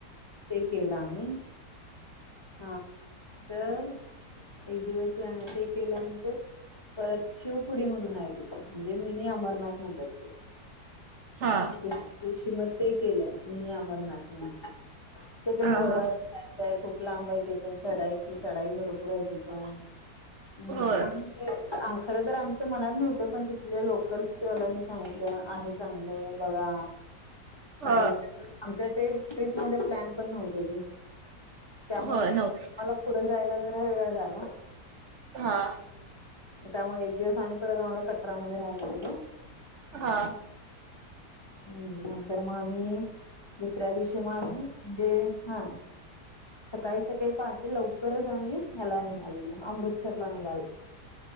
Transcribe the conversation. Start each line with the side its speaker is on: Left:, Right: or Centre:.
Left: ते केलं आम्ही हा तर एक दिवस ते केल्या परत शिवकुडी म्हणून आहे तिथं म्हणजे मिनी अमरनाथ म्हणतात ते
Right: हा
Left: दिवशी म ते केलं मीनी अमरनाथ म्हणून ते पण
Right: हा
Left: घोड्यावर
Right: हा
Left: य खूप लांब आहे ते पण चढायची चढाई भरपूर आहे ती पण हम्म
Right: होय
Left: ह खरं तर आमचं मनात नव्हतं पण तिथले लोकल्सल्यांनी सांगितलं आहे चांगलं बघा
Right: ह
Left: आमच्या ते ट्रिप मध्ये प्लॅन पण नव्हत ते त्यामुळे
Right: होय नव्हतं
Left: मला पुढे जायला जरा वेळ झाला
Right: हा
Left: त्यामुळे एक दिवस आणि परत आम्हाला कटरामध्येध्ये राहायला लाग
Right: हा
Left: हम्म नंतर मग आम्ही दुसऱ्या दिवशी मग आम्ही म्हणजे हा सकाळी सकाळी पहाटे लवकरच आम्ही याला निघालेलो अमृतसरला निघालो